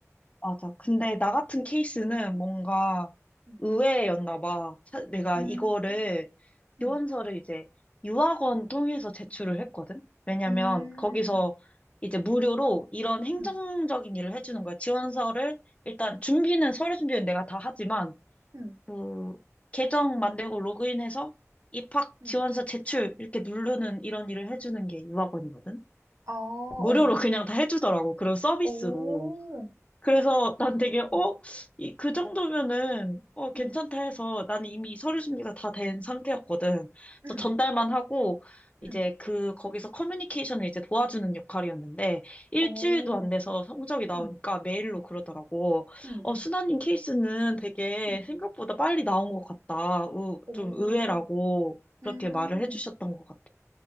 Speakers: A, on the left; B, on the right.
A: 맞아. 근데 나 같은 케이스는 뭔가
B: 음,
A: 의외였나 봐. 사- 내가
B: 음,
A: 이거를 지원서를
B: 음,
A: 이제 유학원 통해서 제출을 했거든. 왜냐면
B: 음,
A: 거기서
B: 음,
A: 이제 무료로 이런 행정적인
B: 음,
A: 일을 해주는 거야. 지원서를 일단 준비는 서류 준비는 내가 다 하지만
B: 음,
A: 그 계정 만들고 로그인해서 입학
B: 음.
A: 지원서 제출 이렇게 누르는 이런 일을 해주는 게 유학원이거든.
B: 아, 어,
A: 무료로 그냥 다 해주더라고. 그런 서비스로.
B: 오,
A: 그래서 난 되게, 어?
B: 음,
A: 이, 그 정도면은, 어, 괜찮다
B: 음,
A: 해서 나는 이미 서류 준비가 다 된 상태였거든. 그래서
B: 음,
A: 전달만 하고, 이제
B: 음,
A: 그, 거기서 커뮤니케이션을 이제 도와주는 역할이었는데, 일주일도
B: 오,
A: 안 돼서 성적이 나오니까
B: 음,
A: 메일로 그러더라고.
B: 음,
A: 어,
B: 음,
A: 순나님 케이스는 되게
B: 음,
A: 생각보다 빨리 나온 것 같다. 우,
B: 오,
A: 좀 의외라고 그렇게
B: 음.
A: 말을 해주셨던 것 같아.